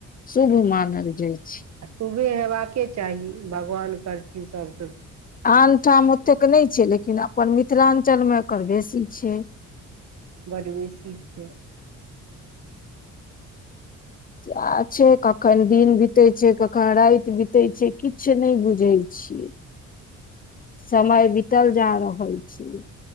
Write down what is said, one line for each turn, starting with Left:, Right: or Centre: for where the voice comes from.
Left: शुभ मानल जाइ छै
Right: आ शुबे हेयबाक चाही भगवान करथिन सभ
Left: आन ठाम ओ ओतेक नहि छै लेकिन अपन मिथिलांचल मे एकर बेसी छै
Right: बड्ड बेसी छै
Left: सै छै कखन दिन बीतै छै कखन राति बि छै किछु नहि बुझै छियै समय बितल जा रहल छै